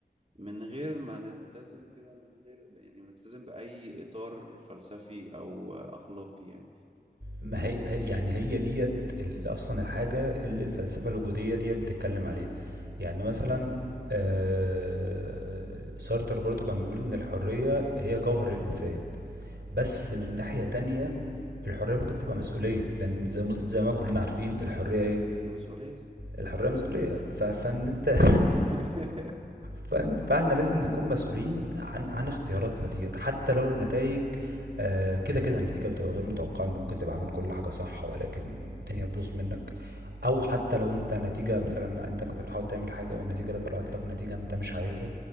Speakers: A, on the right; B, on the right.
A: من غير ما نلتزم كده من غير يعني نلتزم بأي إطار فلسفي أو أخلاقي يعني
B: ما هي هي- يعني هي ديت ال- اصلا الحاجه اللي الفلسفه الوجوديه ديت بتتكلم عليها يعني مثلا آه، سارتر برضو كان بيقول ان الحريه هي جوهر الانسان بس من ناحيه تانية الحريه ممكن تبقى مسؤوليه لان زي ما زي ما كلنا عارفين الحريه
A: مم.
B: ايه
A: مسؤولية
B: الحريه مسؤوليه ف-
A: ماشي.
B: فان انت
A: <laughs>
B: ف- فاحنا لازم نكون مسؤولين عن عن اختياراتنا ديت حتى لو النتائج آه، كده كده النتيجة بتبقى غير متوقعة انت ممكن تبقى عامل كل حاجة صح ولكن الدنيا تبوظ منك او حتى لو انت نتيجة مثلا انت كنت بتحاول تعمل حاجة والنتيجة اللي طلعت لك نتيجة انت مش عايزها